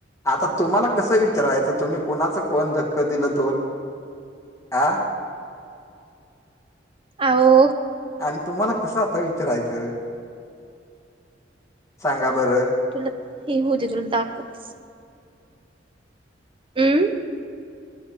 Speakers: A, on the left; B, on the right.
A: आता तुम्हाला कसं विचारायचं तुम्ही कुणाच कोण धक्क दिलं दोन ह
B: आवो
A: आणि तुम्हाला कसं आता विचारायचं सांगा बरं
B: तुला हे होवुदे तुला दाखवतेच हम्